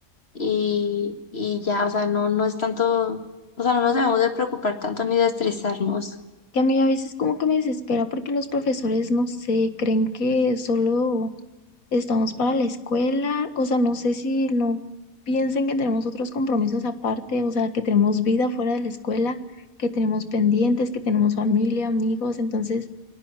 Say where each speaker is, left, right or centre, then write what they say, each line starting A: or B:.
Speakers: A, on the left (about 45°); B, on the left (about 75°).
A: y, y ya, o sea, no, no es tanto, o sea, no nos debemos de preocupar tanto ni de estresarnos.
B: Que a mí a veces como que me desespera porque los profesores, no sé, creen que solo estamos para la escuela, o sea, no sé si no piensen que tenemos otros compromisos aparte, o sea, que tenemos vida fuera de la escuela, que tenemos pendientes, que tenemos familia, amigos, entonces,